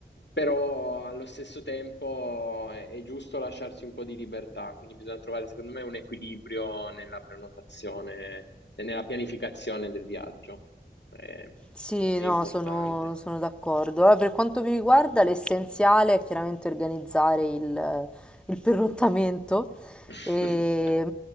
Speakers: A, on the left; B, in the centre.
A: però allo stesso tempo è, è giusto lasciarsi un po' di libertà, quindi bisogna trovare secondo me un equilibrio nella prenotazione e nella pianificazione del viaggio. Eh,
B: Sì,
A: è
B: no,
A: importante.
B: sono, sono d'accordo. Allora, per quanto mi riguarda, l'essenziale è chiaramente organizzare il, il pernottamento,
A: <laughs>
B: e,